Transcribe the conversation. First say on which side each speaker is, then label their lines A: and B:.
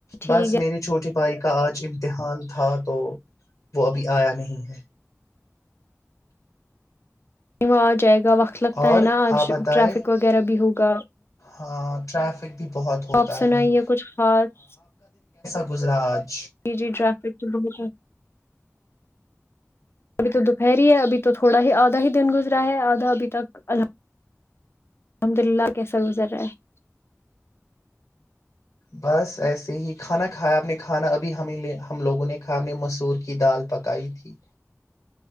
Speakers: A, on the left; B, on the left.
A: ٹھیک
B: بس
A: ہے
B: میرے چھوٹے بھائی کا آج امتحان تھا تو وہ ابھی آیا نہیں ہے
A: وہ آ جائے گا وقت لگتا
B: اور
A: ہے نا آج
B: آپ بتائے
A: ٹریفک وغیرہ بھی ہوگا
B: ہاں ٹریفک بھی بہت ہوتا
A: اپ سنائیے
B: ہے
A: کچھ خاص
B: گجرات
A: جی جی ٹریفک تو بہت ہے۔ ابھی تو دوپہر ہے ابھی تو تھوڑا ہی آدھا ہی دن گزرا ہے آدھا ابھی تک المد الحمد للہ کیسا گزر رہا ہے
B: بس ایسے ہی کھانا کھیا آپ نے کھانا ابھی ہم لوگوں نے کا میں مسور کی دال پکائی تھی